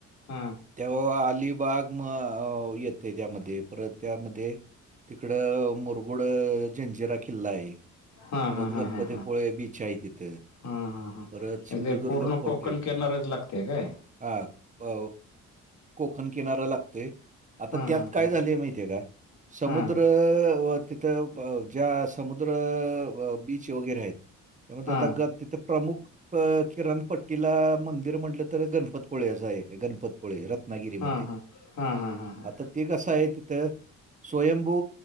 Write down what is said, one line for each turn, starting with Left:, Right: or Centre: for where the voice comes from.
Left: हा.
Right: तेव्हा अलिबाग म येत. ते त्यामध्ये परत त्यामध्ये तिकड मुरगुड झंजिरा किल्ला आहे.
Left: हा हा
Right: परत
Left: हा
Right: गणपतीपोळे
Left: हा हा
Right: बीच आहे तिथं..
Left: हा हा हा म्हणजे
Right: परत सिंधुदुर्ग
Left: ते पूर्ण
Right: फोर्ट
Left: कोकण
Right: येतोय.
Left: किनारच लागतेय काय.
Right: हा अ कोकण किनारा लागतोय. आता
Left: हा
Right: त्यात
Left: हा
Right: काय
Left: हा
Right: झालंय माहितीये का समुद्र
Left: हा
Right: अ व तिथं ब ज्या समुद्र बीच वगैरे आहेत. त्यामुळे
Left: हा
Right: आता
Left: हा
Right: ग तिथं प्रमुख किराणपट्टीला मंदिर म्हटलं तर गणपत पोळ्याच आहे गणपत पुळे रत्नागिरीमध्ये
Left: हा हा हा हा हा
Right: आता ते कसं आहे. तर स्वयंभू